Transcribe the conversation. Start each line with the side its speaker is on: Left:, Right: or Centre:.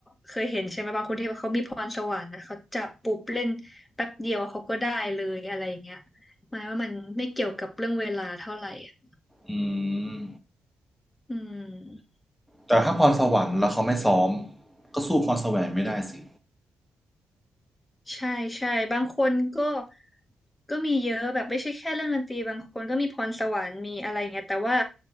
Left: เคยเห็นใช่ไหมบางคนที่เขามีพรสวรรค์นะเขาจับปุ๊บเล่นแป๊บเดียวเขาก็ได้เลยอะไรอย่างเงี้ยหมายว่ามันไม่เกี่ยวกับเรื่องเวลาเท่าไหร่อะ
Centre: อืม
Left: อืม
Centre: แต่ถ้าพรสวรรค์แล้วเขาไม่ซ้อมก็สู้พรแสวงไม่ได้สิ
Left: ใช่ใช่บางคนก็ก็มีเยอะแบบไม่ใช่แค่เรื่องดนตรีบางคนก็มีพรสวรรค์มีอะไรเงี้ยแต่ว่า